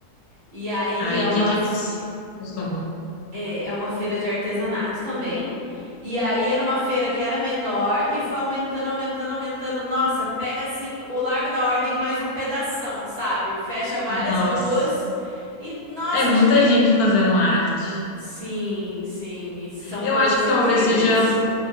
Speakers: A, on the right; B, on the left.
A: E aí
B: Aí,
A: é uma,
B: o que que
A: f-
B: eles costumam?
A: é é uma feira de artesanato também. E aí era uma feira que era menor e foi aumentando, aumentando, aumentando. Nossa, pega assim o Largo da Ordem mais um pedação, sabe? Fecha várias
B: Nossa,
A: ruas. E nossa,
B: é muita
A: acho que
B: gente fazendo arte.
A: Sim, sim, e são
B: Eu
A: coisas
B: acho que
A: incríveis.
B: talvez seja,